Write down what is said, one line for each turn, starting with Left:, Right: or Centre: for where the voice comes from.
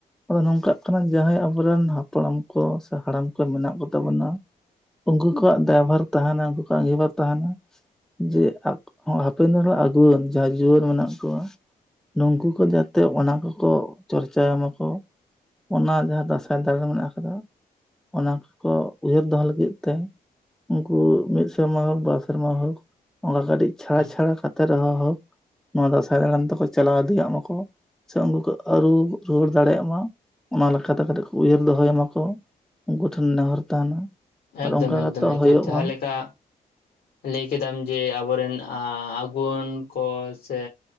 Centre: ᱚᱱᱟ ᱱᱚᱝᱠᱟᱜ ᱠᱟᱱᱟ ᱡᱟᱦᱟᱸᱭ ᱟᱵᱚᱨᱮᱱ ᱦᱟᱯᱲᱟᱢ ᱠᱚ, ᱥᱮ ᱦᱟᱲᱟᱢ ᱠᱚ ᱢᱮᱱᱟᱜ ᱠᱚᱛᱟ ᱵᱚᱱᱟ ᱩᱱᱠᱩ ᱠᱚᱣᱟᱜ ᱫᱨᱟᱭᱵᱷᱟᱨ ᱛᱟᱦᱮᱱᱟ ᱩᱱᱠᱩ ᱠᱚᱣᱟᱜ ᱟᱸᱡᱤᱵᱷᱟᱨ ᱛᱟᱦᱮᱱᱟ᱾ ᱡᱮ ᱦᱟᱯᱮᱱ ᱫᱤᱱ ᱟᱹᱜᱩᱣᱟᱹᱱ ᱡᱟᱦᱟᱸ ᱡᱩᱣᱟᱹᱱ ᱢᱮᱱᱟᱜ ᱠᱚᱣᱟ ᱱᱩᱝᱠᱩ ᱠᱚ ᱡᱟᱛᱮ ᱚᱱᱟ ᱠᱚᱠᱚ ᱪᱚᱨᱪᱟ ᱟ ᱢᱟᱠᱚ ᱚᱱᱟ ᱡᱟᱦᱟᱸ ᱫᱟᱸᱥᱟᱭ ᱫᱟᱲᱟᱱ ᱢᱮᱱᱟᱜ ᱟᱠᱟᱫᱟ ᱚᱱᱟ ᱠᱚᱠᱚ ᱩᱭᱦᱟᱹᱨ ᱫᱚᱦᱚ ᱞᱟᱹᱜᱤᱫ ᱛᱮ ᱩᱱᱠᱩ ᱢᱤᱫ ᱢᱤᱫ ᱥᱮᱨᱢᱟ ᱦᱳᱠ ᱵᱟᱨ ᱥᱮᱨᱢᱟ ᱦᱳᱠ ᱚᱱᱠᱟ ᱠᱟᱹᱴᱤᱡ ᱪᱷᱟᱲᱟ
Left: ᱦᱩᱸ
Centre: ᱪᱷᱟᱲᱟ ᱠᱟᱛᱮ ᱨᱮᱦᱚᱸ ᱦᱳᱠ ᱱᱚᱣᱟ ᱫᱟᱸᱥᱟᱭ ᱫᱟᱬᱟᱱ ᱛᱮᱠᱚ ᱪᱟᱞᱟᱣ ᱤᱫᱤᱭᱟ ᱚᱱᱟᱠᱚ ᱥᱮ ᱩᱱᱠᱩ ᱠᱚ ᱟᱹᱨᱩ ᱨᱩᱣᱟᱹᱲ ᱫᱟᱲᱮᱭᱟᱜ ᱢᱟ ᱚᱱᱟ ᱞᱮᱠᱟᱛᱮ ᱠᱟ ᱠᱟᱛᱮ ᱠᱚ ᱩᱭᱦᱟᱹᱨ ᱫᱚᱦᱚᱭ ᱢᱟᱠᱚ ᱩᱱᱠᱩ ᱴᱷᱮᱱ ᱱᱮᱦᱚᱨ ᱛᱟᱦᱮᱱᱟ
Left: ᱮᱠᱫᱚᱢ
Centre: ᱟᱨ ᱚᱱᱠᱟ
Left: ᱮᱠᱫᱚᱢ
Centre: ᱠᱟᱛᱮ
Left: ᱮᱠᱟᱞ
Centre: ᱦᱳᱭᱳᱜ
Left: ᱡᱟᱦᱟ
Centre: ᱢᱟ
Left: ᱞᱮᱠᱟ ᱞᱟᱹᱭ ᱠᱮᱫᱟᱢ ᱡᱮ ᱟᱵᱚᱨᱮᱱ ᱟᱻ ᱟᱹᱜᱩᱣᱟᱹᱱ ᱠᱚ ᱥᱮ